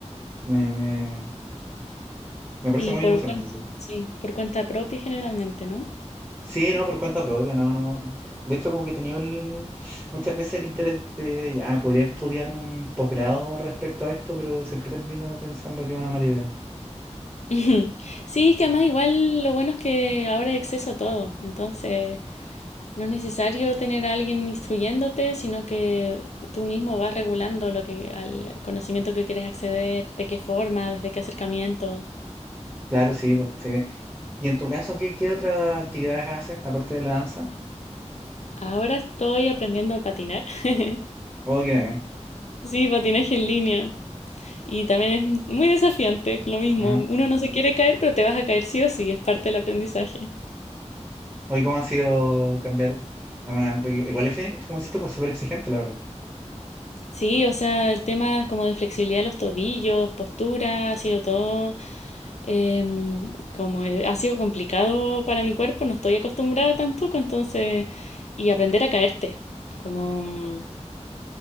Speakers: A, on the right; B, on the left.
A: me, me- me parece
B: Y
A: muy
B: por
A: emocionante.
B: cuenta,
A: Sí.
B: sí, por cuenta propia generalmente, ¿no?
A: Sí, no, por cuenta propia, no, no. no. De hecho, como que he tenido el- muchas veces el interés de, ya, podría estudiar un posgrado respecto a esto, pero siempre termino pensando que es una mala idea.
B: <laughs> Ujú. Sí, es que además igual lo bueno es que ahora hay acceso a todo, entonces no es necesario tener a alguien instruyéndote, sino que tú mismo vas regulando lo que al conocimiento que quieres acceder, de qué forma, desde qué acercamiento.
A: Claro, sí, po, sí. ¿Y en tu caso, qué, qué otras actividades haces, aparte de la danza?
B: Ahora estoy aprendiendo a patinar. <laughs>
A: Oh, qué bacán.
B: Sí, patinaje en línea. Y también es muy desafiante, lo mismo.
A: Ajá.
B: Uno no se quiere caer, pero te vas a caer sí o sí, es parte del aprendizaje.
A: Hoy, ¿cómo ha sido cambiar a una... porque igual es, fe- como si esto pues súper exigente, la verdad.
B: Sí, o sea, el tema como de flexibilidad de los tobillos, postura, ha sido todo em, como eh, ha sido complicado para mi cuerpo, no estoy acostumbrada tampoco, entonces, y aprender a caerte, como mm,